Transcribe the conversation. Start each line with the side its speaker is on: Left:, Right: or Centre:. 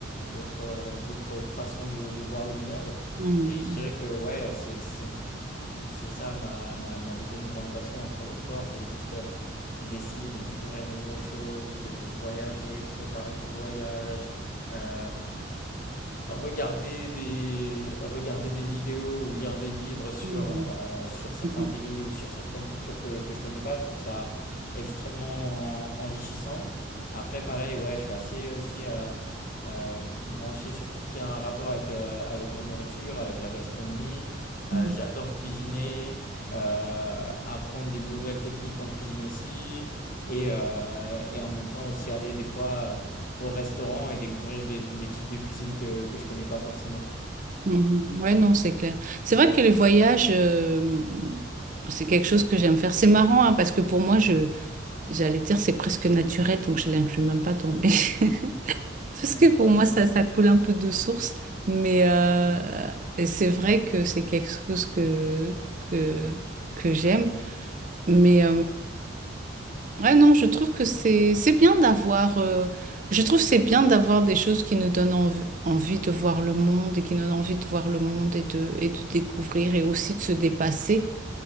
Left: d'autres, d'autres façons de, de voir le monde.
Right: Mhm.
Left: Et je dirais que ouais, c'est, c'est, c'est ça ma, ma, ma deuxième grande passion après le sport, c'est juste euh, d'essayer de découvrir des nouvelles choses, de voyager, préparer des voyages, euh, Regarder des, regarder des vidéos ou lire des livres sur,
Right: Mhm.
Left: euh, sur certains
Right: Mhm.
Left: pays ou sur certaines cultures que, que je connais pas, je trouve ça extrêmement en- enrichissant. Après, pareil, ouais, je suis assez aussi euh, euh, branché sur tout ce qui a un rapport avec, euh, avec la nourriture, avec la gastronomie. Euh,
Right: Mhm.
Left: j'adore cuisiner, euh, apprendre des nouvelles techniques en cuisine aussi, et, euh, et en même temps aussi aller des fois au restaurant et découvrir des, des types de cuisine que, que je connais pas forcément.
Right: Mhm. Ouais, non, c'est clair. C'est vrai que les voyages, euh, c'est quelque chose que j'aime faire. C'est marrant, hein, parce que pour moi, je, j'allais dire, c'est presque naturel, donc je l'inclus même pas dans mes... <laughs> Parce
Left: Non,
Right: que
Left: t'es patient.
Right: pour moi, ça, ça coule un peu de source, mais euh, et c'est vrai que c'est quelque chose que, que, que j'aime. Mais Ouais, non, je trouve que c'est c'est bien d'avoir euh, je trouve c'est bien d'avoir des choses qui nous donnent env- envie de voir le monde et qui nous donnent envie de voir le monde et de et de découvrir et aussi de se dépasser